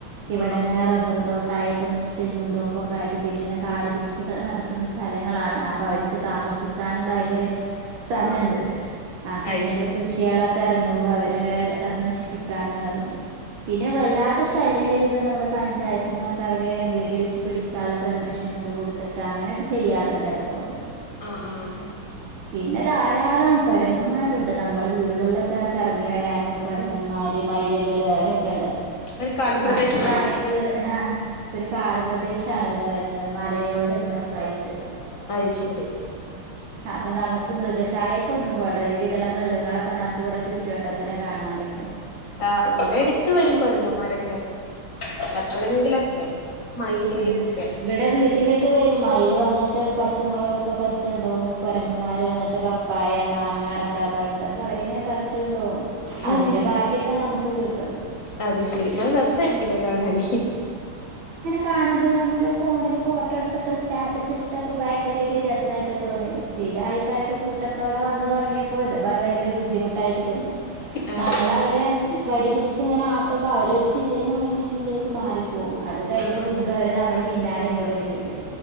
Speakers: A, on the right; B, on the left.
A: ഇവിടെങ്ങന
B: ആഹ് ആഹ്
A: റബർ തോട്ട ഉണ്ടായിട്ടും തെങ്ങും തോപ്പൊക്ക ആയിട്ട് പിന്നെ ഇങ്ങനെ കാട് പിടിച്ച് കടക്കുന്ന സ് സ്ഥലങ്ങളാണ് അപ്പൊ അവർക്ക് താമസിക്കാനും ഭയങ്കര സ്ഥലുണ്ട്
B: ആഹ്
A: ആ അപ്പൊ
B: അയ്
A: ഇങ്ങനത്തെ
B: ശരി
A: കൃഷികളൊക്കെ ഇറങ്ങുമ്പോ അവര് അത് നശിപ്പിക്കാനും ഇറു പിന്നെ വല്ലാതെ
B: ആഹ്
A: ശല്യം വരും ഇപ്പ നമ്മുടെ പഞ്ചായത്ത് നിന്നൊക്കെ അവര് വെടിവെച്ച് പിടിക്കാനുള്ള പെർമിഷനൊക്കെ കൊടുത്തിട്ട് അങ്ങനെ ചെയ്യാറുണ്ട് ഇടക്കൊക്കെ
B: ആഹ് ആഹ്
A: പിന്നെ ധാരാളം കൊരങ്ങന്മാരുണ്ട് നമ്മളെ വീടുകളിലൊക്കെ കറങ്ങി വരാനും കൊരങ്ങന്മാര് മയിലുകൾ അവരൊക്കെ ഉണ്ട്
B: ഒരു കാട് പ്രദേശാണോ
A: നമുക്ക് വേണമെങ്കില് ഒരു കാടു പ്രദേശമാണ് ഇവിടെ വരുന്നത് മലയോരങ്ങളൊക്കെ ആയിട്ട്
B: അയ്ശരി
A: അപ്പൊ നമുക്ക് മൃഗശാലയൊക്കെ ഒന്നും പോണ്ട ഒരു വിധമുള്ള മൃഗങ്ങളൊക്കെ നമുക്ക് ഇവിടെ ചുറ്റുവട്ടത്തിന് കാണാൻ പറ്റും
B: ആ ഇവിടെ എടക്ക് വരും കൊരങ്ങന്മാരൊക്കെ എപ്പളെങ്കിലൊക്കെ മയില്
A: ആ
B: ഒക്കെ
A: ഇവിടെ വീട്ടിലേക്കു വരും മയിൽ വന്നിട്ട് പച്ചമുളകൊക്കെ പറിച്ചോണ്ട് കൊണ്ടോകും കുരങ്ങന്മാർ വന്നിട്ട് പപ്പായ മാങ്ങ അട പഴഇതൊക്കെ അവരിങ്ങനെ പറിച്ചുകൊണ്ട് പോകും
B: ഉം
A: അതിന്റെ ബാക്കിയൊക്കെ നമുക്ക് കിട്ടും
B: അത് ശെരി നല്ല രസായിരികുലേ കാണാൻ
A: കാണുമ്പോൾ നമ്മള് ഫോണിൽ ഫോട്ടോ എടുത്തിട്ടും സ്റ്റാറ്റസ് ഇട്ടിട്ടൊക്കെ ഭയങ്കര ഒരു രസമായിട്ട് തോന്നിരുന്നു ഫസ്റ്റ് സ്ഥിരായിട്ട് അവര് കൂട്ടത്തോടെ വന്ന് തുടങ്ങിയപ്പോ ഇത് ഭയങ്കര ബുദ്ധിമുട്ടായിട്ട് തോന്നി
B: ആഹ്
A: നമ്മളെ വടി പിടിച്ചു ഇങ്ങനെ ആട്ടുമ്പോ അവര ചില്ലയിൽന്ന് മറ്റു ചില്ലയിലേക്ക് മാറിപ്പോകും അത്
B: ആഹ് ആഹ്
A: വീണ്ടും അവരെ നമ്മെ പിന്നാലെ ഇങ്ങോട്ട് തന്നെ വരും